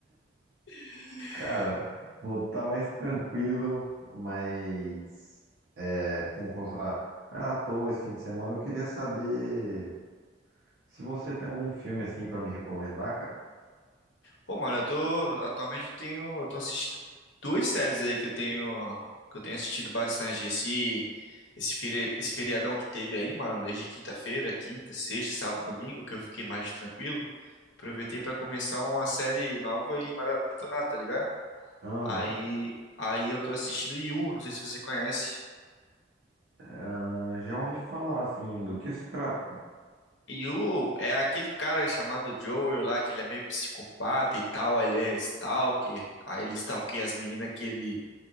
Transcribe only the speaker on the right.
Cara, vou estar mais tranquilo, mas é, como eu posso falar, não é à toa esse fim de semana. Eu queria saber se você tem algum filme assim pra me recomendar, cara.
Aham.
Ah, já ouvi falar assim, do que se trata, cara?